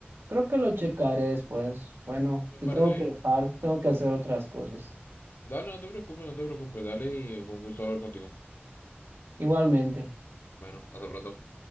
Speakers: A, on the right (about 80°); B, on the left (about 65°).
A: Creo que lo checaré después. Bueno,
B: Me
A: te
B: parece
A: tengo que
B: bien.
A: dejar, tengo que hacer otras cosas.
B: Dale, no te preocupes, no te preocupes. Dale y fue un gusto hablar contigo.
A: Igualmente.
B: Bueno, hasta pronto.